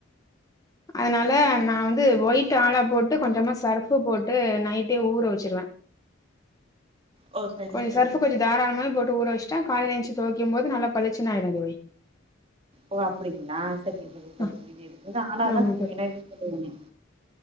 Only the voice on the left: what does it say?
அதனால நா வந்து ஒயிட் ஆலா போட்டு கொஞ்சமா சர்ஃப்பு போட்டு நைட்டே ஊற வெச்சிருவே
கொஞ்ச
சர்ஃப்பு கொஞ்ச தாராளமாவே போட்டு ஊற வெச்சிட்டா காலைல எந்ச்சு தொவைக்கு போது நல்லா பளிச்சுனு ஆயிடு தோழி
ஆ
ஆமா